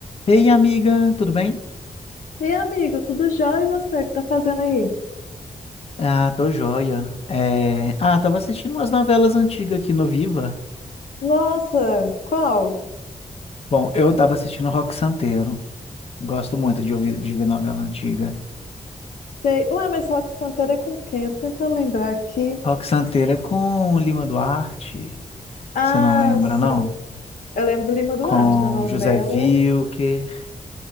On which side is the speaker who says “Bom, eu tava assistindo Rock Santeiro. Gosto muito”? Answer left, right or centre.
Left